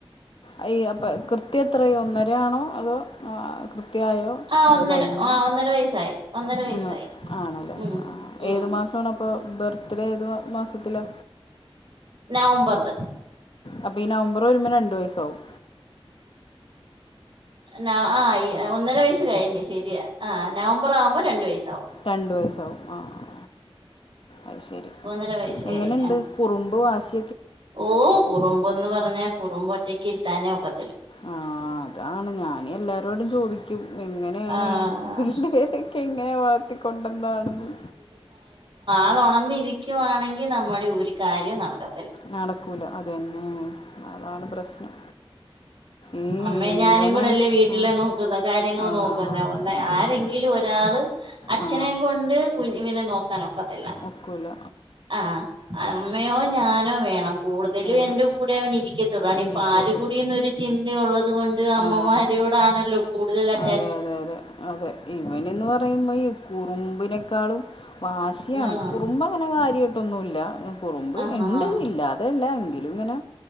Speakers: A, on the left; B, on the right.
A: അയ് അപ്പ കൃത്യം എത്രായി ഒന്നരയാണോ അതോ ആ കൃ ത്തിയായോ
B: ആഹ്
A: അത്
B: ഒന്നര
A: കഴിഞ്ഞോ
B: ആഹ് ഒന്നര വയസ്സായി ഒന്നര വയസ്സായി
A: ഉം ആണ്ലെ
B: ഉം
A: ആ
B: ഉം
A: ഏത് മാസം ആണ് അപ്പൊ ബർത്ത്ഡേ ഏത് മാ മാസത്തിലാ?
B: നവംബെർൽ
A: അപ്പ ഈ നവംബെർ വെരുമ്പോ രണ്ട് വയസ്സാവും
B: നാ ആ ഈ ഒന്നര വയസ്സ് കഴിഞ്ഞ് ശരിയാ ആ നവംബെർ ആവുമ്പോ രണ്ട് വയസ്സാവും
A: രണ്ട് വയസ്സാവും ആഹ് അയ് ശരി.
B: ഒന്നര വയസ്സ്
A: എങ്ങനെ
B: കഴിഞ്ഞ്
A: ഇണ്ട്
B: ആഹ്
A: കുറുമ്പ് വാശി
B: ഓ കുറുമ്പൊന്ന് പറഞ്ഞാ കുറുമ്പ് ഒറ്റയ്ക്ക് ഇരുത്താനേ ഒക്ക
A: ആ അതാണ് ഞാന് എല്ലാരോടും ചോദിക്കും എങ്ങനെയാണ്
B: ആഹ്
A: ഈ പിള്ളെരെയൊക്കെ എങ്ങനെ വളെർത്തിക്കൊണ്ടന്നെന്ന്
B: അത് ഒണന്നിരിക്കുവാണെങ്കി നമ്മുടെ ഒരു കാര്യവും നടക്ക
A: നടക്കൂലാ അത് യെന്നെ അതാണ് പ്രശ്നം ഈ
B: അമ്മെയും ഞാനും
A: ഇവനെ
B: കൂടെ അല്ലെ വീട്ടിൽ
A: ആ
B: നോക്ക്ന്നെ കാര്യങ്ങൾ
A: ആ
B: നോക്ക് ന്നെ ഒന്ന്
A: അതെ
B: ആരെങ്കിലും
A: അതെ
B: ഒരാൾ അച്ഛനെ
A: ആ
B: കൊണ്ട് കുഞ്ഞിവിനെ നോക്കാന് ഒ ക്കത്തില്ല
A: ഒക്കില്ല
B: ആഹ് അമ്മയോ ഞാനോ വേണം കൂട്തെലും
A: വേണം
B: എന്റെ കൂടെ അവൻ ഇരിക്കത്തൊള്ളു ആണ് ഈ
A: ഇരിക്കുകയുള്ളൂ
B: പ പാൽ കുടി എന്നൊരു ചിന്ത ഒള്ളെത് കൊണ്ട് അമ്മമാരോടാണല്ലോ
A: ആ
B: കൂട്തെൽ അറ്റാ
A: അതെ അതെ അതെ അതെ ഇവെൻന്ന് പറയിമ്പോ ഈ കുറുമ്പിനേക്കാളും വാശിയാണ്
B: ആഹ്
A: കുറുമ്പ് അങ്ങനെ കാര്യയിട്ടൊന്നുയില്ല കുറുമ്പ്
B: ആഹ്
A: ഇണ്ട്
B: ആഹ്
A: ഇല്ലാതെയല്ല എങ്കിലും ഇങ്ങനെ